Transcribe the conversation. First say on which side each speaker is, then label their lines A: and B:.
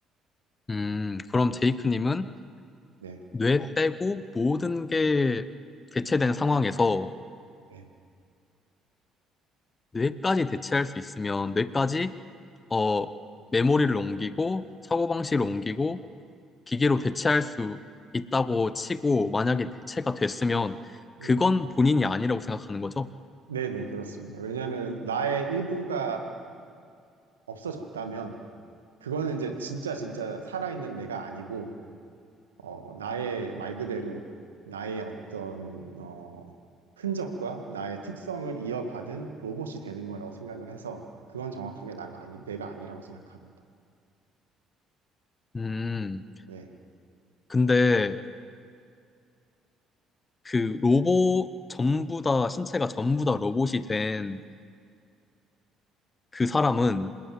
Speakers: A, on the left (about 30°); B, on the right (about 85°).
A: 음, 그럼 제이크님은
B: 네. 네.
A: 뇌 빼고 모든 게 대체된 상황에서
B: 네.
A: 뇌까지 대체할 수 있으면 뇌까지 어, 메모리를 옮기고 사고방식을 옮기고 기계로 대체할 수 있다고 치고 만약에 대체가 됐으면
B: 네.
A: 그건 본인이 아니라고 생각하는 거죠.
B: 네네, 그렇습니다. 왜냐하면 나의 일부가 없어졌다면 그거는 이제 진짜 진짜 살아있는 내가 아니고 어, 나의 말 그대로 나의 어떤 어, 흔적과 나의 특성을 이어받은 로봇이 되는 거라고 생각을 해서 그건 정확하게 나가 아니, 내가 아니라고 생각합니다.
A: 음,
B: 네.
A: 근데 그 로봇 전부 다, 신체가 전부 다 로봇이 된 그 사람은